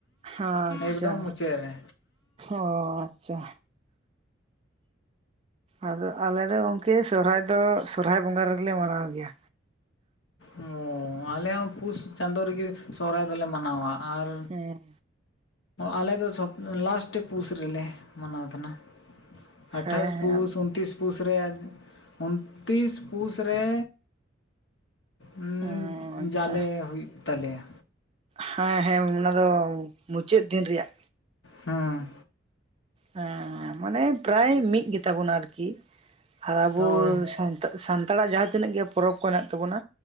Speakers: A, on the right (about 30°); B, on the left (about 70°).
A: ᱟᱪᱪᱷᱟ
B: ᱮᱠᱫᱚᱢ ᱢᱩᱪᱟᱹᱫ ᱨᱮ
A: ᱚ ᱟᱪᱷᱟ ᱟᱫᱚ ᱟᱞᱮᱫᱚ ᱜᱚᱝᱠᱮ ᱥᱚᱦᱨᱟᱭ ᱫᱚ ᱥᱚᱦᱨᱟᱭ ᱵᱚᱸᱜᱟ ᱨᱮᱜᱮ ᱢᱟᱱᱟᱣ ᱜᱮᱭᱟ᱾
B: ᱚ ᱟᱞᱮ ᱦᱚᱸ ᱯᱩᱥ ᱪᱟᱸᱫᱳ ᱨᱮᱜᱮ ᱥᱚᱦᱨᱟᱭ ᱫᱚᱞᱮ ᱢᱟᱱᱟᱣᱟ ᱟᱨ
A: ᱦᱮᱸ
B: ᱟᱞᱮ ᱫᱚ ᱞᱟᱥᱴ ᱯᱩᱥ ᱨᱮᱞᱮ ᱢᱟᱱᱟᱣ ᱛᱟᱦᱮᱱᱟ᱾ ᱟᱴᱷᱟᱥ
A: ᱦᱮᱸ ᱦᱮᱸ
B: ᱯᱩᱥ, ᱩᱱᱛᱨᱤᱥ ᱯᱩᱥ ᱨᱮ ᱩᱱᱛᱨᱤᱥ ᱯᱩᱥ ᱨᱮ ᱩᱸ
A: ᱚ ᱟᱪᱪᱷᱟ
B: ᱡᱟᱞᱮ ᱦᱩᱭᱩᱜ ᱛᱟᱞᱮᱭᱟ᱾
A: ᱦᱮᱸ ᱦᱮᱸ ᱚᱱᱟ ᱫᱚ ᱢᱩᱪᱟᱹᱫ ᱫᱤᱱ ᱨᱮᱭᱟᱜ
B: ᱦᱩᱸ
A: ᱦᱮᱸ ᱢᱟᱱᱮ ᱯᱨᱟᱭ ᱢᱤᱫ ᱜᱮ ᱛᱟᱵᱚᱱᱟ ᱟᱨᱠᱤ, ᱟᱵᱚ
B: ᱦᱳᱭ
A: ᱥᱟᱱ ᱥᱟᱱᱛᱟᱲᱟᱜ ᱡᱟᱦᱟᱸ ᱛᱤᱱᱟᱹᱜ ᱜᱮ ᱯᱚᱨᱚᱵᱽ ᱠᱚ ᱦᱮᱱᱟᱜ ᱛᱟᱵᱚᱱᱟ